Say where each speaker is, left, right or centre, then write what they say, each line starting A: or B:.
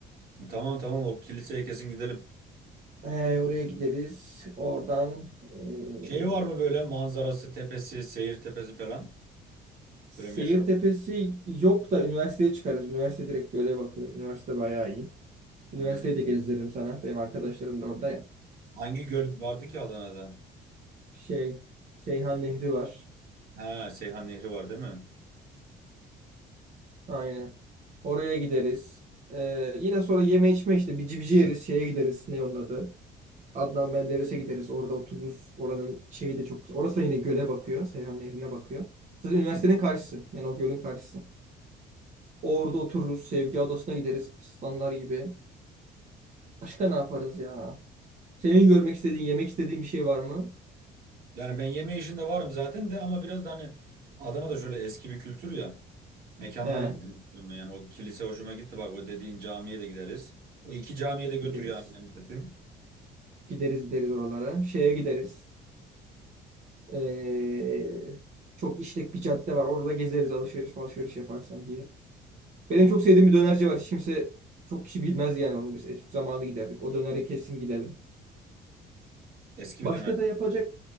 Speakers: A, on the right; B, on the right.
A: Tamam tamam o kiliseye kesin gidelim.
B: Ee, oraya gideriz. Oradan ee,
A: Şey var mı böyle manzarası, tepesi, seyir tepesi falan?
B: Seyir
A: Böyle meşhur.
B: Tepesi yok da üniversiteye çıkarız. Üniversite direkt göle bakıyor. Üniversite bayağı iyi. Üniversiteyi
A: Hmm.
B: de gezdiririm sana. Benim arkadaşlarım da orada ya.
A: Hangi göl vardı ki Adana'da?
B: Şey, Seyhan Nehri var.
A: Ha, Seyhan Nehri var değil mi?
B: Aynen. Oraya gideriz. Ee, yine sonra yeme içme işte bici bici yeriz. Şeye gideriz. Ne onun adı? Adnan Menderes'e gideriz. Orada otururuz. Oranın şeyi de çok güzel. Orası da yine göle bakıyor. Seyhan Nehri'ne bakıyor. Zaten üniversitenin karşısı. Yani o gölün karşısı. Orada otururuz. Sevgi Adası'na gideriz. Aslanlar gibi. Başka ne yaparız ya? Senin görmek istediğin, yemek istediğin bir şey var mı?
A: Yani ben yeme işinde varım zaten de ama biraz da hani Adana'da şöyle eski bir kültür ya. Mekanları
B: He,
A: gidelim istiyorum ben. yani. O kilise hoşuma gitti bak o dediğin camiye de gideriz. O iki camiye de götür
B: gideriz.
A: yani beni kesin.
B: Gideriz gideriz oralara. Şeye gideriz. Ee, çok işlek bir cadde var. Orada gezeriz alışveriş alışveriş yaparsan diye. Benim çok sevdiğim bir dönerci var. Hiç kimse çok kişi bilmez yani onu. Biz etüt zamanı giderdik. O döneri kesin gidelim.
A: Eski
B: Başka
A: bir döner.
B: da yapacak